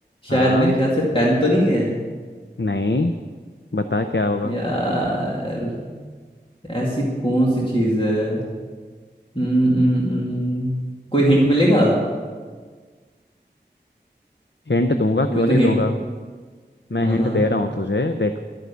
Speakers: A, on the left; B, on the left.
A: हाँ
B: शायद मेरे ख्याल से पेन तो नहीं है
A: नहीं बता क्या होगा
B: यार ऐसी कौन सी चीज है हम्म हम्म, हम्म। कोई हिंट मिलेगा
A: हिंट दूंगा
B: मुझे
A: क्यों
B: तो
A: नहीं
B: हिंट
A: दूंगा मैं
B: हाँ
A: हिंट
B: हाँ
A: दे रहा हूँ तुझे देख